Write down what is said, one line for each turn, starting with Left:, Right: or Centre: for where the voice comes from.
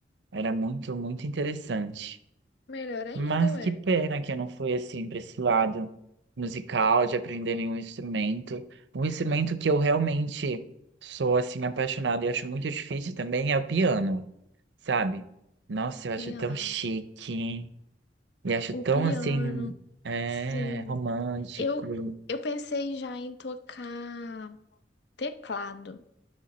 Right: era muito, muito interessante.
Left: Melhor ainda,
Right: Mas
Left: ué.
Right: que pena que eu não fui assim para esse lado musical, de aprender nenhum instrumento. Um instrumento que eu realmente sou assim apaixonado e acho muito difícil também é o piano, sabe? Nossa, eu acho
Left: Piano.
Right: tão chique. E acho
Left: O
Right: tão
Left: piano,
Right: assim, é,
Left: sim.
Right: romântico.
Left: Eu, eu pensei já em tocar teclado.